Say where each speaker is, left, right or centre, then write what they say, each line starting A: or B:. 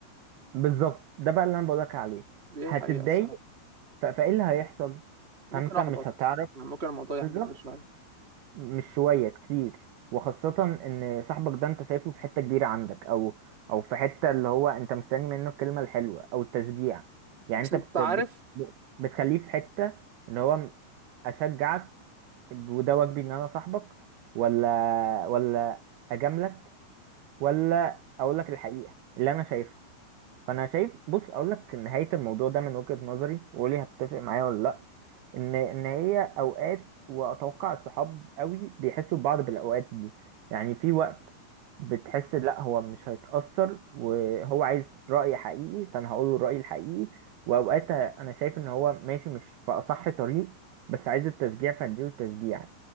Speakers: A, on the right; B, on the right.
A: بالظبط ده بقى اللي انا بقولك عليه
B: دي
A: هتتضايق
B: حقيقه الصراحه
A: ف- فايه اللي هيحصل
B: ممكن
A: فانت
B: احبط
A: مش هتعرف
B: يعني ممكن الموضوع يحبطني
A: بالظبط
B: شويه
A: مش شوية كتير وخاصة ان صاحبك ده انت شايفه في حتة كبيرة عندك او او في حتة اللي هو انت مستني منه الكلمة الحلوة او التشجيع يعني
B: بس
A: انت
B: انت
A: بت
B: عارف
A: بت بتخليه في حتة ان هو اشجعك وده واجبي ان انا صاحبك ولا ولا اجاملك ولا اقول لك الحقيقة اللي انا شايفها فانا شايف بص اقول لك نهاية الموضوع ده من وجهة نظري وقولي هتتفق معايا ولا لا ان ان هي اوقات واتوقع الصحاب قوي بيحسوا ببعض بالاوقات دي يعني في وقت بتحس لا هو مش هيتأثر وهو عايز رأي حقيقي فانا هقول له الرأي الحقيقي واوقات انا شايف ان هو ماشي مش في اصح طريق بس عايز التشجيع فاديله التشجيع